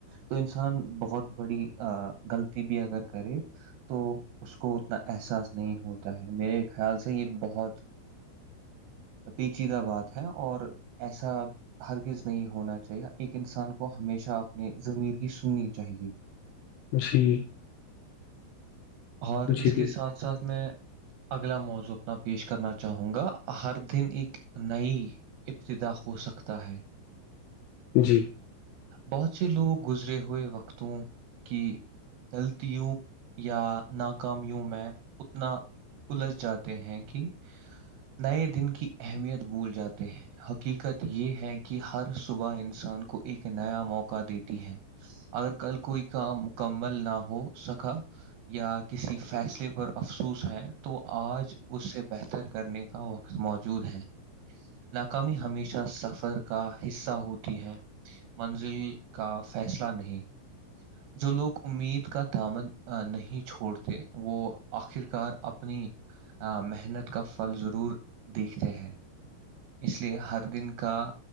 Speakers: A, on the right (about 75°); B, on the left (about 80°).
A: تو انسان بہت بڑی غلطی بھی اگر کرے تو اس کو اتنا احساس نہیں ہوتا ہے میرے خیال سے یہ بہت پیچیدہ بات ہے اور ایسا ہرگز نہیں ہونا چاہیے ایک انسان کو ہمیشہ اپنے زمیر کی سننی چاہیے
B: جی
A: اور
B: جی
A: اس کے
B: بال
A: ساتھ ساتھ میں اگلا موضوع اپنا پیش کرنا چاہوں گا ہر دن ایک نئی ابتدا ہو سکتا ہے
B: جی <inaudible>
A: بہت سے لوگ گزرے ہوئے وقتوں کی غلطیوں یا ناکامیوں میں اتنا الج جاتے ہیں کہ نئے دن کی اہمیت بھول جاتے ہیں حقیقت یہ ہے کہ ہر صبح انسان کو ایک نیا موقع دیتی ہے اگر کل کوئی کام مکمل نہ ہو سکا یا کسی فیصلے پر افسوس ہے تو آج اس سے بہتر کرنے کا وقت موجود ہے ناکامی ہمیشہ سفر کا حصہ ہوتی ہے منزل کا فیصلہ نہیں جو لوگ امید کا دامن نہیں چھوڑتے وہ آخرکار اپنی محنت کا پھل ضرور دیکھتے ہیں اس لیے ہر دن کا